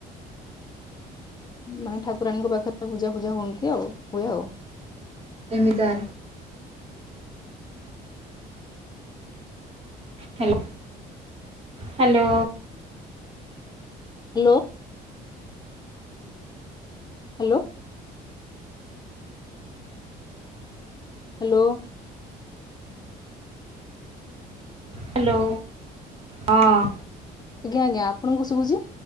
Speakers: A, on the left; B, on the right.
A: ମାନେ ଠାକୁରାଣୀଙ୍କ ପାଖରେ ପୂଜା ଫୁଜା ହୁଅନ୍ତି ଆଉ ହୁଏ ଆଉ।
B: ଏମିତା hello hello.
A: Hello. Hello. Hello
B: hello ହଁ
A: ଆଜ୍ଞା ଆ୍ଞା ଆପଣଙ୍କୁ ସୁବୁଚି